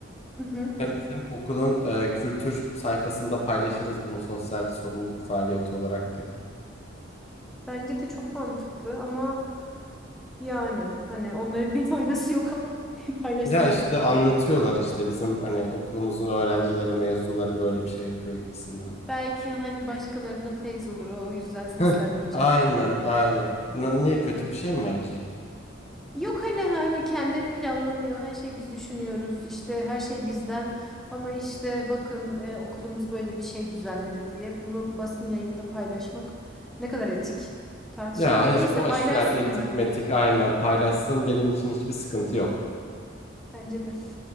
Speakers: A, in the centre; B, on the left (about 35°).
A: Hı hı.
B: Ben bizim okulun e, kültür sayfasında paylaşırız bunu sosyal sorumluluk faaliyeti olarak dedi.
A: Bence de çok mantıklı ama yani hani onların bir <laughs> faydası yok ama <laughs> paylaşsınlar
B: Ya işte
A: bakalım.
B: anlatıyorlar işte bizim hani okulumuzun öğrencileri, mezunları böyle bir şey yapıyor gibisinden.
A: Belki hani başkalarına feyz olur o, o yüzden seslenmeyeceğim
B: Heh, aynen
A: bu durumu.
B: aynen. Na- niye kötü bir şey mi var ki?
A: Yok hani hani kendileri planlamıyor her şeyi biz düşünüyoruz işte her şey bizden ama işte bakın e, okulumuz böyle bir şey düzenledi diye bunu basın yayında paylaşmak ne kadar etik tartışılır
B: Ya
A: da
B: hiç
A: neyse
B: boş
A: paylaşsınlar
B: ver etik metik aynen paylaşsın benim için hiçbir sıkıntı yok.
A: bence de.